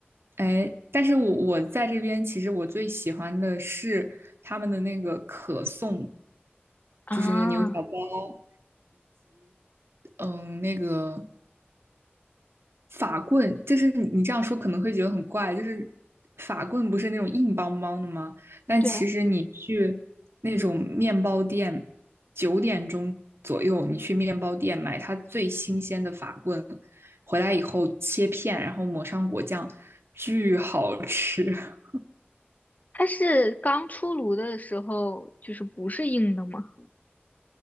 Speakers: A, on the right; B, on the left.
A: 哎，但是我我在这边，其实我最喜欢的是他们的那个可颂，
B: 啊，
A: 就是那个牛角包，嗯，那个法棍，就是你你这样说可能会觉得很怪，就是法棍不是那种硬邦邦的吗？但其实你去那种面包店，
B: 对啊
A: 九点钟左右你去面包店买它最新鲜的法棍，回来以后切片，然后抹上果酱，巨好吃。<laughs>
B: 它是刚出炉的时候就是不是硬的吗？